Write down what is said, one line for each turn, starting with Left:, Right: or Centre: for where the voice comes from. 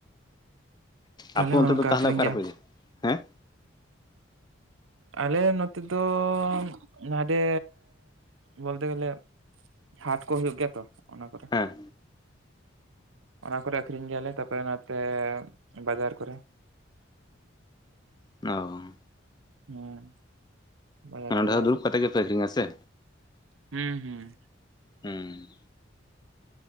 Right: ᱛᱟᱦᱚᱞᱮ
Left: ᱟᱯᱮ
Right: ᱦᱚᱸ
Left: ᱚᱱᱛᱮ
Right: ᱚᱱᱠᱟ
Left: ᱫᱚ ᱛᱟᱦᱚᱞᱮ
Right: ᱟᱹᱠᱷᱨᱤᱧ
Left: ᱚᱠᱟ
Right: ᱜᱮᱭᱟ
Left: ᱨᱮᱯᱮ ᱤᱭᱟᱹ ᱦᱮᱸ
Right: ᱟᱞᱮ ᱱᱚᱛᱮ ᱫᱚ ᱱᱚᱰᱮ ᱵᱚᱞᱛᱮ ᱜᱮᱞᱮ ᱦᱟᱴ ᱠᱚ ᱦᱩᱭᱩᱜ ᱜᱮᱭᱟ ᱛᱚ ᱚᱱᱟ ᱠᱚᱨᱮ
Left: ᱦᱮᱸ
Right: ᱚᱱᱟ ᱠᱚᱨᱮ ᱟᱹᱠᱷᱨᱤᱧ ᱜᱮᱭᱟᱞᱮ ᱛᱟᱨᱯᱚᱨᱮ ᱱᱚᱛᱮ ᱵᱟᱡᱟᱨ ᱠᱚᱨᱮ
Left: ᱚᱻ
Right: ᱦᱮᱸ ᱵᱟᱡᱟᱨ
Left: ᱱᱚᱰᱮ
Right: ᱠᱚᱨᱮ
Left: ᱫᱚ ᱫᱩᱲᱩᱵ ᱠᱟᱛᱮᱜ ᱜᱮᱯᱮ ᱟᱹᱠᱷᱨᱤᱧᱟ ᱥᱮ
Right: ᱦᱮᱸ ᱦᱮᱸ
Left: ᱦᱮᱸ